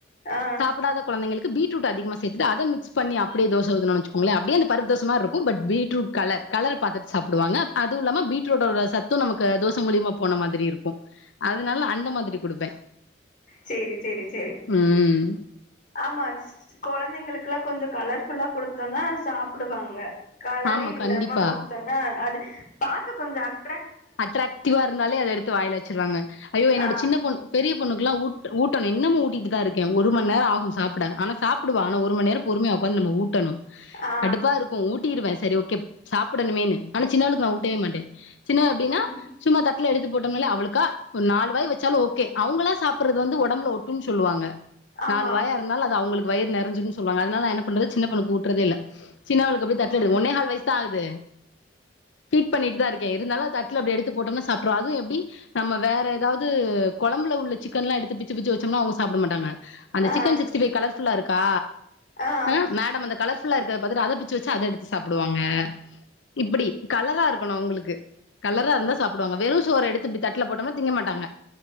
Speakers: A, on the left; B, on the left.
A: ஆ
B: சாப்பிடாத குழைங்களுக்கு பீட்ரூட் அதிகமா சே்த்துட்டு அத மிக்ஸ் பண்ணி அப்புடே தோச ஊத்துணோனு வெச்சுக்கோங்ளே அப்ட்யே அந்தப் பர்தோசமா இருக்கு பட் பீட்ரூட் கலர் கலர பாத்துட் சாப்டுவாங்க அதுவு இல்லாம பீட்ரூட்டோட சத் து நமக்கு தோச மூலியமா போன மாதிரி இருக்கு அதனால அந்த மாதிரி குடுப்பே
A: செரி செரி செரி
B: ம்
A: ஆமாஸ் கொழந்தைங்களுக்குல்லா கொஞ்சோ கலர்ஃபுல்லா குடுத்தோனா சாப்டுவாங்க கலரே
B: ஆமா
A: இல்லாம
B: கண்டிப்பா
A: கொடுத்தொன்னா அது பாக்க கொஞ்சட்
B: அட்ராக்டிவா இருந்தாலே அத எடுத்து வாய்ல வச்சிருவாங்க ஐயோ என்னோட
A: ஆ
B: சின்ன பொன் பெரிய பொண்ணுக்லா ஊட் ஊட்டணு இன்னமு ஊட்டிட்டு தா இருக்கே ஒரு மண் நேரோ ஆகு சாப்ட ஆனா சாப்புடுவா ஆனா ஒரு மண் நேரம் பொறுமையா உக்காந்த் நம்ம ஊட்டணு
A: ஆ
B: கடுப்பா இருக்கு ஊட்டிருவே சரி ஓகேப் சாப்புடணுமேன்னு ஆனா சின்னவள்க்கு நா ஊட்டவே மாட்டே சின்னவ எப்டின்னா
A: ம்
B: சும்மா தட்ல எடுத்து போட்டோமலே அவ்ளுக்கா ஒர் நாலு வாய் வச்சாலு ஓகே அவ்ங்களா சாப்பர்றது வந்து ஒடம்புல ஒட்டும்ன் ச்சொல்லுவாங்க
A: ஆமா
B: நாலு
A: ஆமா
B: வாயா இருந்தாலு அது அவுங்களுக் வயிறு நெறஞ்சிருன் சொல்வாங்க அதனால் நா என்ன பண்றது சின்ன பொண்ணுக் ஊட்றதே இல்ல சின்னவள்க்கு போய்
A: ம்
B: தட்டு எடு ஒன்னே கால் வய்ஸா தா ஆகுது ஃபீட் பண்ணிட்டுதா இருக்கே து நல்லா தட்ல அப்டி எடுத்து போட்டோனா சாப்ட்ரு அது எப்டி நம்ம வேற ஏதாவ்து கொழம்புல உள்ள சிக்கன்லா எடுத்து பிச்சு பிச்சு வச்சோம்னா அவ்ங்க சாப்ட மாட்டாங்க அந்த
A: ஆ
B: சிக்கன் சிக்ஸ்டி ஃபை கலர்ஃபுல்லா இருக்கா
A: ஆ
B: அ மேடம் அந்த கர்புல்லா இருக்கற்த பாத்துட்டு அத பிச்சு வச்சா அத எடுத் சாப்டுவாங்க இப்டி கலரா இருக்கணு அவ்ங்ளுக்கு கலரா இருந்தா சாப்டுவாங்க வெறு சோற எடுத்து இப்டி தட்ல போட்டம்ன்னா திங்கமாட்டாங்க